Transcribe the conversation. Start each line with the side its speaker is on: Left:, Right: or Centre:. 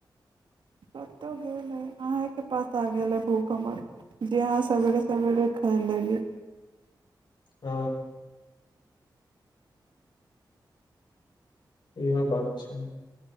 Right: कतहु गेल है अहेँके पास आ गेल है भूखमवर जी हं सवेरे सवेरे रखा ह नहिल
Left: ह इहो बात छै